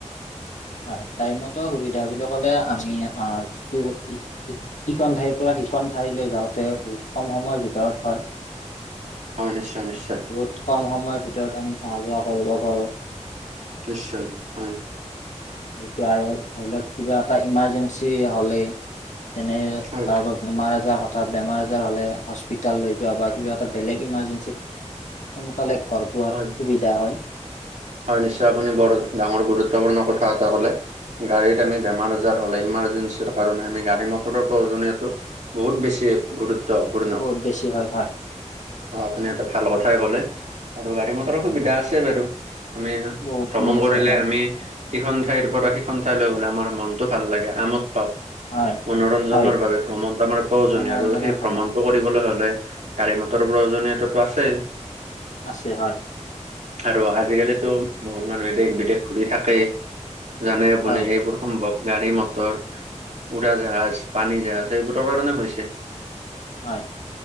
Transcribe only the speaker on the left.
হয় গাড়ী মতৰ সুবিধা বুলি কলে আমি অ যিটোৰ <unintelligible> সিখন ঠাইৰ পৰা সিখন ঠাইলৈ যাওঁতে বহুত কম সময়ৰ ভিতৰত হয়।
বহুত কম সময়ৰ ভিতৰত আমি অহা যোৱা কৰিব পাৰোঁ।
সেইটো আৰু ধৰি লওঁক কিবা এটা ইমাৰজেঞ্চি হলেই যেনে
তাৰ বাব- বেমাৰ আজাৰ হঠাৎ বেমাৰ আজাৰ হ'লে হস্পিতাল লৈ যোৱা বা কিবা এটা বেলেগ ইমাৰজেঞ্চিত সোনকালে ঘৰ পোৱাত
সুবিধা হয়।
বহুত বেছি হয় হয়
হয়
বহুতখিনি
আছে হয়
হয়
হয়
মনোৰঞ্জনৰ
ভ্ৰমণ
আছে হয়।
হয়
হয়